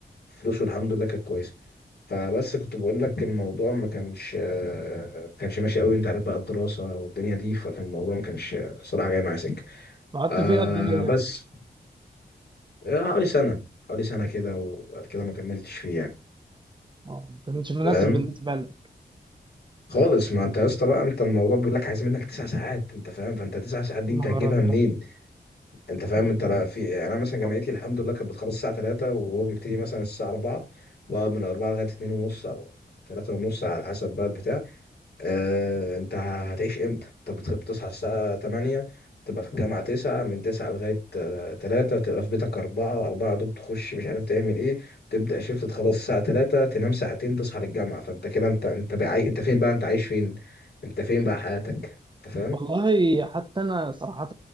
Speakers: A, on the left (about 70°); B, on the right (about 25°).
A: فلوس والحمد لله كانت كويسه فبس كنت بقول لك الموضوع ما كانش ما كانش ماشي قوي انت عارف بقى الدراسه والدنيا دي فكان الموضوع ما كانش صراحه جاي معايا سكه
B: قعدت
A: آه
B: فيه قد ايه
A: بس
B: يعني
A: آه، حوالي سنه حوالي سنه كده وبعد كده ما كملتش فيه يعني
B: اه ما كانش مناسب
A: فاهم
B: بالنسبه لك
A: خالص ما انت يا اسطى بقى انت الموضوع بيقول لك عايز منك تسع ساعات انت فاهم فانت تسع ساعات دي
B: يا
A: انت
B: نهار
A: هتجيبها
B: ازرق
A: منين انت فاهم
B: مم.
A: انت لا في يعني انا مثلا جامعتي
B: صح،
A: الحمد لله كانت بتخلص الساعه 3 وهو بيبتدي مثلا الساعه 4 بقى من 4 لغايه 2 ونص او 3 ونص على حسب بقى البتاع اه انت هتعيش امتى انت بت- بتصحى الساعه 8 تبقى في الجامعه 9 من 9 لغايه آه، 3 تبقى في بيتك 4 4 دوب تخش مش عارف تعمل ايه تبدا شيفت تخلص الساعه 3 تنام ساعتين تصحى للجامعه فانت كده انت انت بقى عاي- انت فين بقى انت عايش فين انت فين بقى
B: صح.
A: حياتك انت فاهم
B: والله حتى انا صراحه